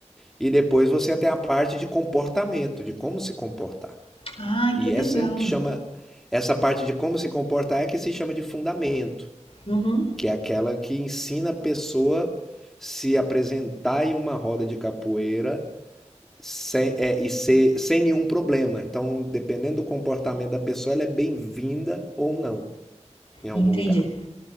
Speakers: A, in the centre; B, on the left (about 55°).
A: e depois você tem a parte de comportamento, de como se comportar.
B: Ah,
A: E
B: que legal.
A: essa que chama, essa parte de como se comportar é que se chama de fundamento,
B: Uhum,
A: que é aquela que ensina a pessoa se apresentar em uma roda de capoeira sem, é, e ser, sem nenhum problema. Então, dependendo do comportamento da pessoa, ela é bem-vinda ou não em algum
B: entendi.
A: lugar,